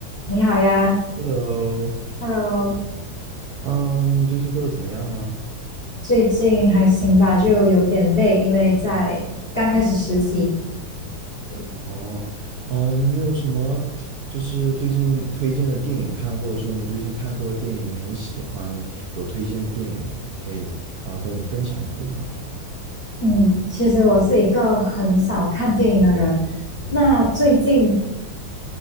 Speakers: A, on the left (about 40°); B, on the right (about 70°).
A: 你好呀
B: Hello，
A: ，Hello，
B: 嗯，最近过得怎么样啊？
A: 最近还行吧，就有点累，因为在刚开始实习。对，
B: 哦，嗯，你有什么就是最近推荐的电影看，或者说你最近看过的电影你很喜欢，有推荐的电影可以啊，跟我分享一部吗？
A: 嗯，其实我是一个很少看电影的人，那最近